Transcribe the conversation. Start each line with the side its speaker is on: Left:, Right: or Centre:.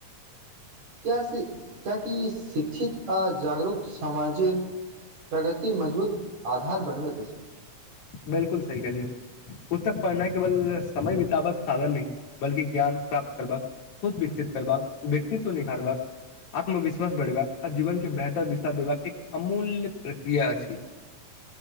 Right: कियकि शिक्षित आ जागरूक समामाजिक प्रगति मजबूत आधार बनबैत अछि।
Left: बिलकुल सी कहलियौ पुस्तक पढ़नाइ केवल समय बितबबाक साधन नहि बल्कि ज्ञान प्राप्त करबाक सोच विकसित करबाक व्यक्तित्व निखारबाक आत्मविश्वास बढ़ेबाक आ जीवन के बेहतर दिशा देबाक एक अमूल्य प्रक्रिया अछि।